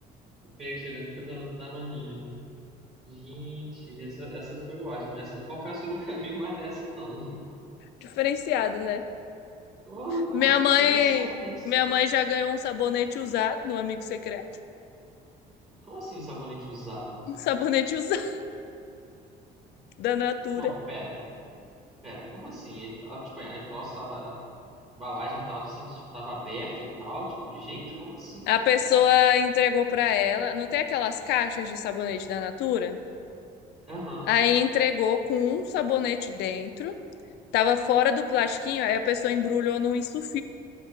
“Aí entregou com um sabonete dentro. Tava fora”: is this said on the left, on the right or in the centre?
Left